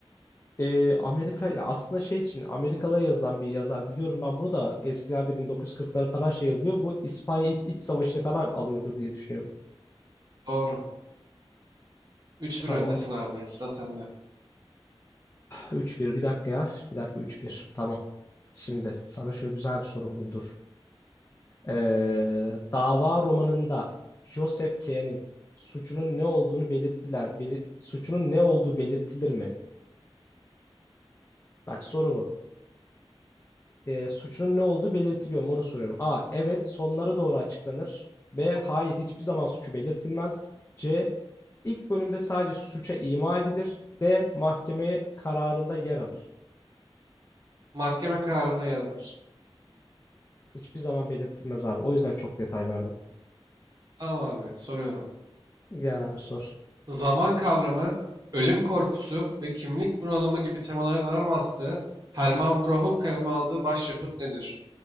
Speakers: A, on the left (about 25°); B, on the right (about 40°).
A: E, Amerika ya aslında şey için Amerika'da yazılan bir yazar biliyorum ben bunu da eskilerde 1940'ları falan şey yapıyor. Bu İspanya İç, İç Savaşı'nı falan alıyordur diye düşünüyorum.
B: Doğru. 3-1
A: Tamam.
B: öndesin abi. Sıra sende.
A: 3-1 bir bir dakika ya. Bir dakika 3-1. Tamam. Şimdi sana şöyle güzel bir soru bulayım dur. Ee, dava romanında Joseph K'nin suçunun ne olduğunu belirttiler. Belir- suçunun ne olduğu belirtilir mi? Bak soru bu. e, suçunun ne olduğu belirtiliyor mu onu soruyorum. A. Evet sonlara doğru açıklanır. B. Hayır hiçbir zaman suçu belirtilmez. C. İlk bölümde sadece suça ima edilir. D. Mahkemeye kararında yer alır.
B: Mahkeme kararında yer alır.
A: Hiçbir zaman belirtilmez abi. O yüzden çok detay verdim.
B: Tamam abi. Soruyorum.
A: Gel abi sor.
B: Zaman kavramı, ölüm korkusu ve kimlik bunalımı gibi temaların ağır bastığı Hermann Broch'un kaleme aldığı başyapıt nedir?